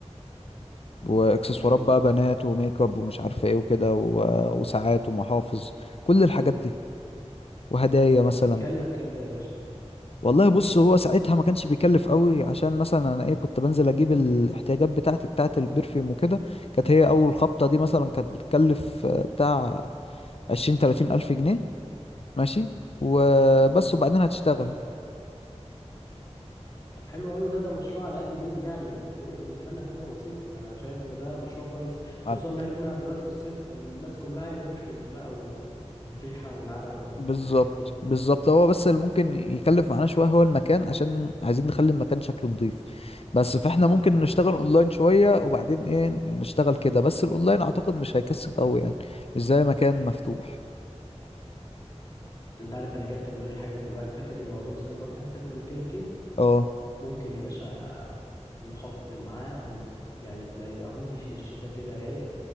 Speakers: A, on the left; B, on the left.
A: واكسسوارات
B: جامد
A: بقى
B: ده
A: بنات وميك اب ومش عارفه ايه وكده و- وساعات ومحافظ كل الحاجات دي وهدايا مثلا
B: يكلف كام ده يا باشا
A: والله بص هو ساعتها ما كانش بيكلف قوي عشان مثلا انا ايه كنت بنزل اجيب الاحتياجات بتاعتي بتاعت البرفيوم وكده كانت هي اول خبطة دي مثلا كانت بتكلف آه، بتاع عشرين تلاتين الف جنيه ماشي وبس وبعدين هتشتغل
B: حلو طب حلو قوي ده ده مشروع على قد الايد يعني يعني الدنيا بالنسبه لنا هتبقى بسيطه انا شايف ان ده مشروع كويس خصوصا
A: على-
B: ان احنا دلوقتي في الصيف الناس كلها عايزه برفيومز بقى والريحه والعرق والحاجات
A: بالظبط
B: دي
A: بالظبط هو بس اللي ممكن يكلف معانا شوية هو المكان عشان عايزين نخلي المكان شكله نضيف بس فاحنا ممكن نشتغل اونلاين شوية وبعدين ايه نشتغل كده بس الاونلاين اعتقد مش هيكسب قوي يعني مش زي مكان مفتوح
B: انت عارف انا جات في دماغي حاجه دلوقتي فاكر الموضوع السكرابات اللي احنا كنا بنتكلم فيه
A: اه
B: ممكن يا باشا نحط معاه هودي يعني ازاي بقى هودي للشتاء كده رايق